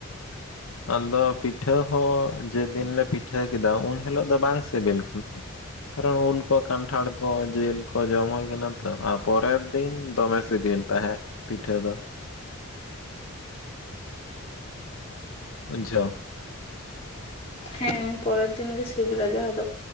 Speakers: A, on the left; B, on the left.
A: <inaudible>
B: ᱟᱸᱫᱚ ᱯᱤᱴᱷᱟᱹ ᱦᱚᱸ ᱡᱮᱹᱫᱤᱱ ᱞᱮ ᱯᱤᱴᱷᱟᱹ ᱠᱮᱫᱟ, ᱩᱱ ᱦᱤᱞᱚᱜ ᱫᱚ ᱵᱟᱝ ᱥᱤᱵᱤᱞ ᱠᱟᱱ ᱛᱟᱦᱮᱸᱜ᱾ ᱠᱟᱨᱚ ᱩᱞ ᱠᱚ, ᱠᱟᱱᱴᱷᱟᱲ ᱠᱚ, ᱡᱮᱹᱞ ᱠᱚ ᱡᱚᱢ ᱦᱩᱭ ᱠᱟᱱᱟ ᱛᱚ ᱟ ᱯᱚᱨᱮ ᱫᱤᱱ ᱫᱚᱢᱮ ᱥᱤᱵᱤᱞ ᱛᱟᱦᱮᱸᱜ ᱯᱤᱴᱷᱟᱹ ᱫᱚ᱾ ᱵᱩᱡᱡᱷᱟᱹᱣ᱾
A: ᱦᱮᱸ, ᱯᱚᱨᱮᱨ ᱫᱤᱱ ᱜᱮ ᱥᱤᱵᱤᱞᱟ, ᱡᱟᱦᱟᱸ ᱫᱚ